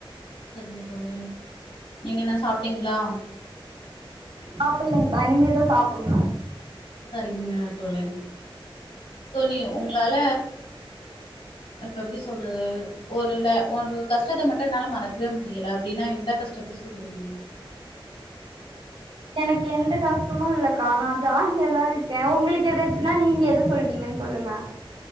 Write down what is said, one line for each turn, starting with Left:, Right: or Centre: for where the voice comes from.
Left: சரிங்க தோழி நீங்க என்ன சாப்ட்டீங்களா
Right: சாப்பட்லங்கா இனிமே தா சாப்பட்னு
Left: சரிங்க தோழி தோழி உங்களால அப்ப எப்டி சொல்றது ஒருல ஒரு கஷ்டத்த மட்டு என்னால மறக்கவே முடியல அப்டின்னா எந்த கஷ்டத்த சொல்லுவீங்க
Right: எனக்கு எந்த கஷ்டமு இல்லக்கா நா ஜாலியாதா இருக்க உங்களுக்கு எதாச்சுன்னா நீங்க எது சொல்வீங்கன் சொல்லுங்க